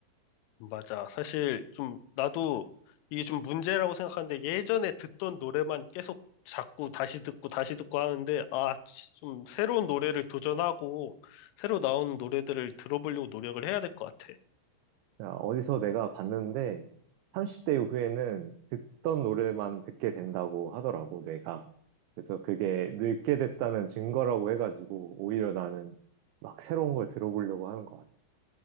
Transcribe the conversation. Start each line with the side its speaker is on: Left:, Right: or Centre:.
Left: 맞아. 사실 좀 나도 이게 좀 문제라고 생각하는데, 예전에 듣던 노래만 계속 자꾸 다시 듣고 다시 듣고 하는데, 아, 좀 새로운 노래를 도전하고, 새로 나오는 노래들을 들어보려고 노력을 해야 될 것 같아.
Right: 그냥 어디서 내가 봤는데, 30대 이후에는 듣던 노래만 듣게 된다고 하더라고, 뇌가. 그래서 그게 늙게 됐다는 증거라고 해가지고, 오히려 나는 막 새로운 걸 들어보려고 하는 것 같아.